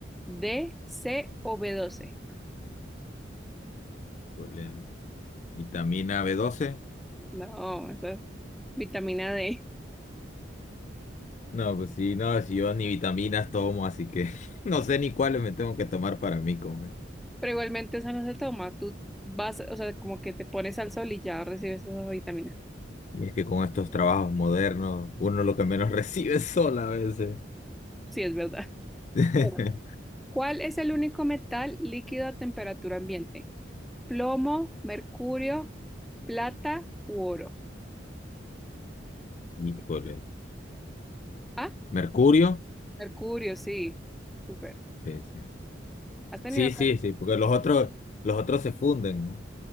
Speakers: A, in the centre; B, on the left.
A: D, C o b doce.
B: Problema. ¿Vitamina B doce
A: No, esa es vitamina D.
B: No, pues sí, no, si yo ni vitaminas tomo, así que <laughs> no sé ni cuáles me tengo que tomar para mí comer.
A: Pero igualmente esa no se toma. Tú vas, o sea, como que te pones al sol y ya recibes esa vitamina.
B: Y es que con estos trabajos modernos, uno lo que menos <laughs> recibe es sol a veces.
A: Sí, es verdad.
B: <laughs>
A: Bueno, ¿cuál es el único metal líquido a temperatura ambiente? ¿Plomo, mercurio, plata u oro?
B: Híjole.
A: Ah,
B: ¿Mercurio?
A: mercurio, sí. Súper.
B: Sí, sí.
A: ¿Has tenido?
B: Sí, sí, sí, porque los otros, los otros se funden, ¿no?